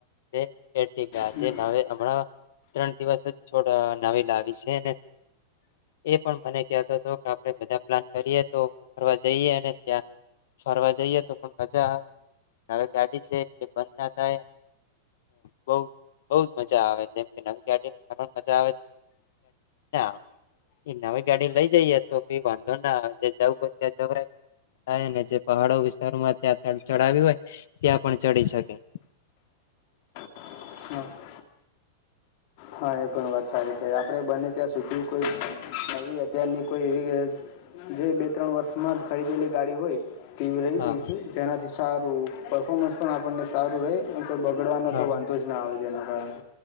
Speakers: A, on the left (about 60°); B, on the left (about 40°).
A: છે એઠીકજે
B: હમ.
A: હવે હમણાં ત્રણ દિવસ જ છોડ નવી લાવી છે એ પણ મને કતો હતો આપડે બધા પ્લાન કરીએ તો ફરવા જઈએ અને ત્યાં ફરવા જઈએ ા હવે ગાડી છે કે બંધ થ બ બ જ મજા આવે જેમ કે નવી ગ ફ મજા આવે ના એ નવી ગાડી લઈ જઈ હતી બી વાંધો ના જે જવું હોય ત્યાં જ થાય ને જે પહાડો વિસ્તારોમાં ત્યાં ચડાવી હોય ત્યાં પણ ચડી શકે <unintelligible>
B: હમ હા એ પણ વાત સારી છે આપણે બને ત્યાં સુચવું કોઈ હ અત્યારની કોઈ એવી જે બે ત્રણ વર્ષમાં જ ખરીદેલી ગાડી હોય ટીવી રહી
A: હા
B: જઈશું જેનાથી સારું પરફોર્મન્સ પણ આપણને સારું રહે તો બગડવાનો
A: હા
B: તો વાંધો
A: હા
B: જ ના આવે જેના કારણે